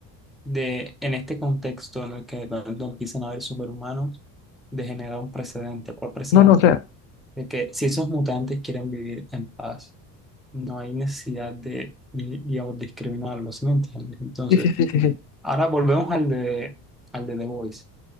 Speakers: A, in the centre; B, on the left.
A: de, en este contexto en el que de pronto empiezan a haber superhumanos, de generar un precedente. ¿Cuál precedente?
B: No, no, o sea,
A: De que si esos mutantes quieren vivir en paz, no hay necesidad de, digamos, discriminarlos, ¿sí me entiendes? Entonces,
B: sí, sí, sí, sí, sí.
A: ahora volvemos al de, al de The Voice